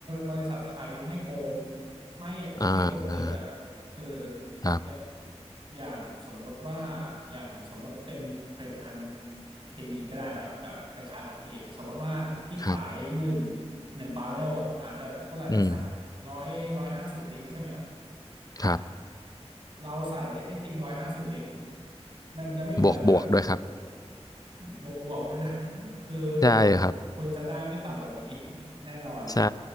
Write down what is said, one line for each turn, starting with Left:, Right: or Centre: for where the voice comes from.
Right: บริษัทไทยไม่โกงไม่ไม่ตุกติกอะครับคือ
Left: อ่าครับ
Right: อย่าอย่างสมมติว่าอย่างสมมติเป็นผลิตภัณฑ์เคมีก็ได้ครับแบบคล้ายๆของพี่สมมติว่าพี่ขายหนึ่ง
Left: ครับ
Right: หนึ่งบาร์เรลอะอาจจะเท่าไหร่อะสักร้อยร้อยห้าสิบลิตรใช่ไหมครับ
Left: อืม
Right: อ่า
Left: ครับ
Right: เราใส่ให้จริงร้อยห้าสิบลิตรมันจะไม่เหมือนแบบ
Left: บวกบวกด้วยครับ
Right: <laughs> บวกบวกไว้เลย คือ
Left: ใช่ครับ
Right: คุณจะได้ไม่ต่ำกว่านี้ <laughs> แน่นอน
Left: ใช่